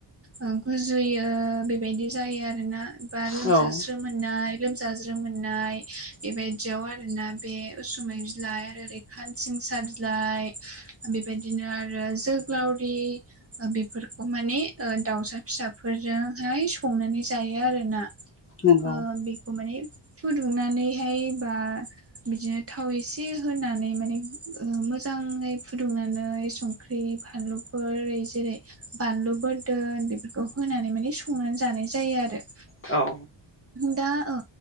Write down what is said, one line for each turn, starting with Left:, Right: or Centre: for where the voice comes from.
Right: ओ गुजुयो बेबायदि जायो आरो ना बा लोमजास्रो
Left: औ
Right: मोन नाय लोमजाज्रोम मोननाय बेबायदियाव आरोना बे उसुमै बिलाइ आरो खानसिं सा बिलाइ बेबायदिनो आरो जोग्लावरि ओ बेफोरखौ माने ओ दाउसा फिसाफोरजोंहाय संनानै जायो आरोना।
Left: नंगौ
Right: ओ बेखौ माने फुदुंनानैहाय बा बिदिनो थाव एसे होनानै माने ओ मोजाङै फुदुंनानै सं ख्रि फानलुफोर ओरैस जेरै बानलु बोरदोन बेफोरखौ होनानै माने संनानै जानाय जायो आरो
Left: औ
Right: दा ओ